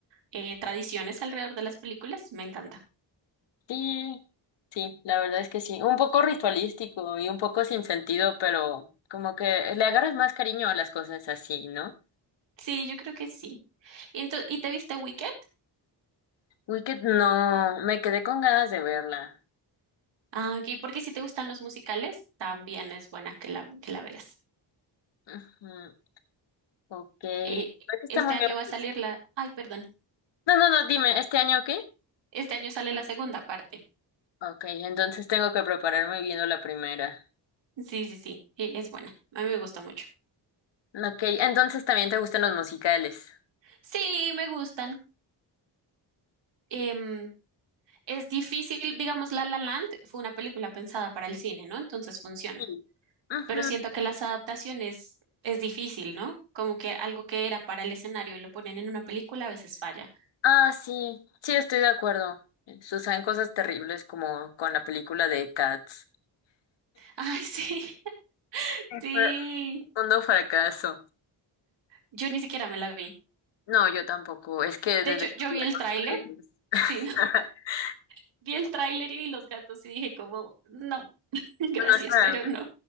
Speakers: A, on the right (about 75°); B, on the left (about 75°).
A: eh, tradiciones alrededor de las películas. Me encanta.
B: Sí, sí, la verdad es que sí. Un poco ritualístico y un poco sin sentido, pero como que le agarras más cariño a las cosas así, ¿no?
A: Sí, yo creo que sí. ¿Y, ento- y te viste Wicked?
B: Wicked no, me quedé con ganas de verla.
A: Ah, ok, porque si te gustan los musicales, también es buena que la, que la veas.
B: Ujú, Ok, creo
A: Eh,
B: que está
A: este
B: muy
A: año
B: bien.
A: va a salir
B: pues.
A: la... Ay, perdón.
B: No, no, no, dime, ¿este año qué?
A: Este año sale la segunda parte.
B: Ok, entonces tengo que prepararme viendo la primera.
A: Sí, sí, sí, e- es buena. A mí me gustó mucho.
B: Ok, entonces también te gustan los musicales.
A: Sí, me gustan. Em, es difícil, digamos, La La Land fue una película pensada para el cine, ¿no? Entonces funciona.
B: Sí. Ujú.
A: Pero siento que las adaptaciones es difícil, ¿no? Como que algo que era para el escenario y lo ponen en una película a veces falla.
B: Ah, sí, sí, estoy de acuerdo. Suceden cosas terribles como con la película de Cats.
A: Ay, sí, <laughs>
B: Sí,
A: sí.
B: fue Mundo fracaso.
A: Yo ni siquiera me la vi.
B: No, yo tampoco. Es que
A: De
B: desde
A: hecho,
B: que
A: yo
B: vi
A: vi
B: a
A: el tráiler,
B: Taylor Swift- <laughs>
A: sí, ¿no? <laughs> Vi el tráiler y vi los gatos y dije como, no, <laughs> gracias,
B: no es para
A: pero
B: mí.
A: no.